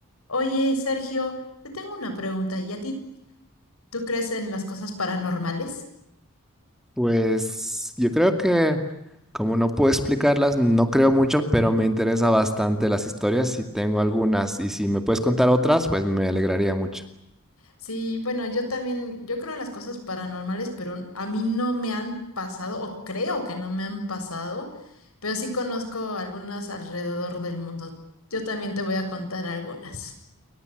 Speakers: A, on the left; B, in the centre.
A: Oye, Sergio, te tengo una pregunta. ¿Y a ti, tú crees en las cosas paranormales?
B: Pues yo creo que, como no puedo explicarlas, no creo mucho, pero me interesa bastante las historias y tengo algunas. Y si me puedes contar otras, pues me alegraría mucho.
A: Sí, bueno, yo también, yo creo en las cosas paranormales, pero a mí no me han pasado, o creo que no me han pasado, pero sí conozco algunas alrededor del mundo. Yo también te voy a contar algunas.